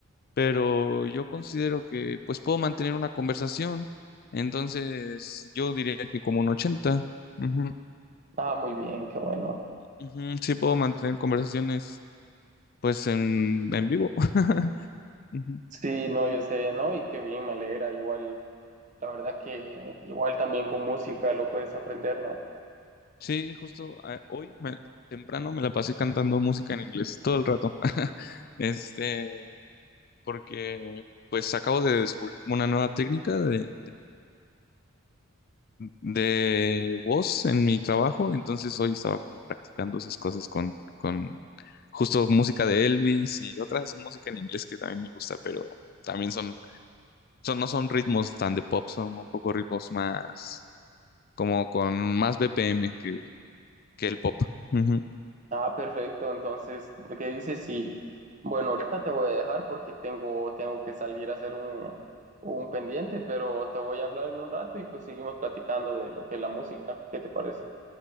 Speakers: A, on the left; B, on the right.
A: pero yo considero que pues puedo mantener una conversación. Entonces, yo diría que como un 80, Ujú,
B: Ah, muy bien, qué bueno.
A: ujú, Sí puedo mantener conversaciones pues en, en vivo. <laughs> Ujú.
B: Sí, no, yo sé, ¿no? Y qué bien, me alegra, igual, la verdad que igual también con música lo puedes aprender, ¿no?
A: Sí, justo eh, hoy me- temprano me la pasé cantando música en inglés todo el rato. <laughs> Este, porque pues acabo de descubrir como una nueva técnica de, de voz en mi trabajo, entonces hoy estaba como practicando esas cosas con, con justo música de Elvis y otras música en inglés que también me gusta, pero también son, son, no son ritmos tan de pop, son un poco ritmos más, como con más BPM que, que el pop. Ujú.
B: Ah, perfecto. Entonces, ¿qué dices? Sí. Bueno, ahorita te voy a dejar porque tengo, tengo que salir a hacer un, un pendiente, pero te voy a hablar en un rato y pues seguimos platicando de lo que es la música. ¿Qué te parece?